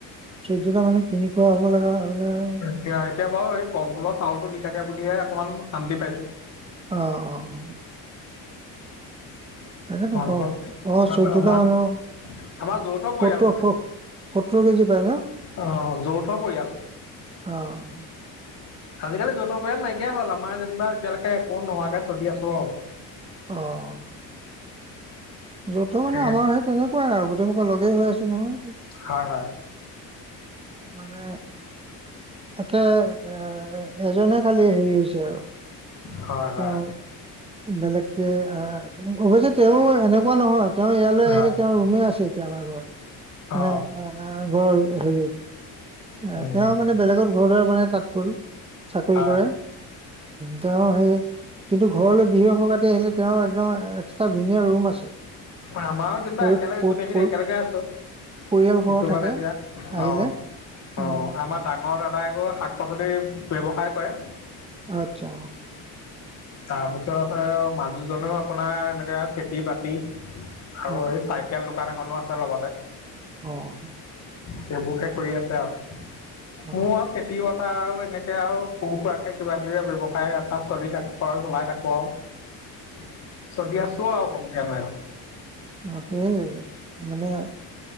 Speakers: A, on the right; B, on the left.
A: চৈধ্যটা মানুহে কিনি খোৱা হ'ব লগা হ'লে আৰু
B: এতিয়া বাৰু এই কণ্টোলৰ চাউতটো দি থাকে বুলিহে অকমান শান্তি পাইছো।
A: অ' অ' অ' তাকেতো
B: কণ্ট্ৰল
A: ক অ' চৈধ্যটা
B: আমাৰ
A: মানুহ আৰু
B: আমাৰ যৌথ পৰিয়াল
A: সত্তৰ
B: মানে
A: সত্তৰ কেজি পায় ন।
B: অ যৌথ পৰিয়াল
A: অ' অ'
B: আজিকালি যৌথ পৰিয় নাইকিয় হ'ল। আমাৰ যেনিবা এতিয়ালৈকে একো নোহোৱাকে চলি আছো আৰু।
A: অ' যৌথ মানে
B: সেয়ে
A: আমাৰ সেই তেনেকুৱাই আৰু গোটেই সোপা লগেই হৈ আছো নহয়।
B: হয় হয়।
A: মানে, তাকে এ এজনে খালি হেৰি হৈছে আৰু।
B: হয়
A: এ
B: হয়
A: তেওঁ বেলেগকে, অৱশ্যে তেওঁ এনেকুৱা নহয় তেওঁ ইয়ালৈ আহিলে,
B: হয়
A: তেওঁ ৰুমে আছে এতিয়া আমাৰ ঘৰ মানে
B: অ
A: ঘৰ হেৰি। এ
B: উম
A: তেওঁ মানে বেলেগত ঘৰ দুৱাৰ বনাই মানে তাত গ'ল, চাকৰি
B: হয়
A: কৰে। তেওঁ সেই। কিন্তু ঘৰলৈ বিহুৱে সকাতি আহিলে, তেওঁৰ একদম এক্সট্ৰা ধুনীয়া ৰুম আছে।
B: আমাৰ যেনিবা
A: পৰি
B: একেলগে,
A: পৰি
B: গোটেইখিনি একেলগে আছোঁ।
A: পৰিয়ালসহ
B: কিছুমান
A: থাকে
B: এতিয়া অ',
A: আহিলে উম।
B: অ'। আমাৰ ডাঙৰ দাদাই আকৌ শাক -পাচলি ব্যৱসায় কৰে।
A: আচ্ছা।
B: তাৰপিছত আৰু মাজুজনেও আপোনাৰ এনেকে খেতি -বাতি। আৰু
A: অ
B: এই চাইকেল দোকান এখনো আছে লগতে।
A: অ'।
B: সেইবোৰকে কৰি আছে আৰু।
A: অ
B: মোৰ আৰু খেতি -বাতি। কথা আৰু, এনেকে আৰু সৰু - সুৰাকে কিবা- কিবি ব্যৱসায় এটা চলি আছে। ঘৰত সোমাই থাকো আৰু। চলি আছো আৰু কোনোমতে আৰু।
A: তাকেহে, মানে